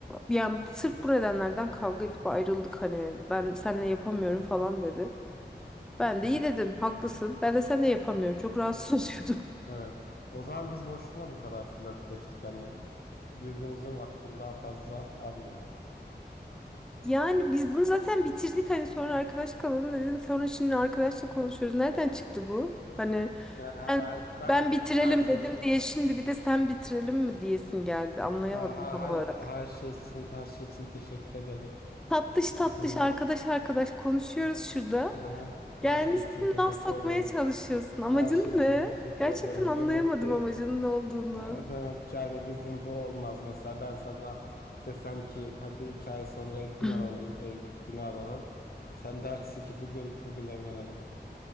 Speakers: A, in the centre; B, on the left (about 60°).
A: yani sırf bu nedenlerden kavga edip ayrıldık hani ben seninle yapamıyorum
B: Hı hı.
A: falan dedi. Ben
B: Hı
A: de iyi
B: hı.
A: dedim haklısın. Ben de seninle yapamıyorum. Çok
B: Hı
A: rahatsız
B: hı.
A: oluyordum. <laughs>
B: Evet. O zaman biz boşuna bu kadar flörtleştik hani birbirimizin vaktini daha fazla almayalım.
A: Yani biz bunu zaten bitirdik hani sonra arkadaş kalalım
B: Hı hı.
A: dedin. Sonra şimdi arkadaşla
B: Hı
A: konuşuyoruz.
B: hı.
A: Nereden çıktı bu? Hani
B: Yani her-
A: Ben
B: ben
A: ben bitirelim
B: her şey
A: dedim
B: için
A: diye şimdi bir de sen bitirelim mi diyesin geldi. Anlayamadım
B: ha- ha-
A: tam
B: her,
A: olarak.
B: her şey için her şey için teşekkür ederim.
A: Tatlış tatlış
B: Hani
A: arkadaş
B: ben
A: arkadaş konuşuyoruz şurada.
B: hı hı.
A: Gelmişsin
B: her şey için teşekkür
A: laf sokmaya
B: ederim.
A: çalışıyorsun. Amacın
B: Her şey için
A: ne?
B: teşekkür
A: Gerçekten
B: ederim.
A: anlayamadım
B: Demek ki
A: amacının ne olduğunu.
B: E, Demek ki yani bizim bu olmaz. Mesela ben sana desem ki hadi iki ay sonra gün
A: <clears throat>
B: alalım, evlilik günü alalım. Sen dersin ki bugün bugün evlenelim.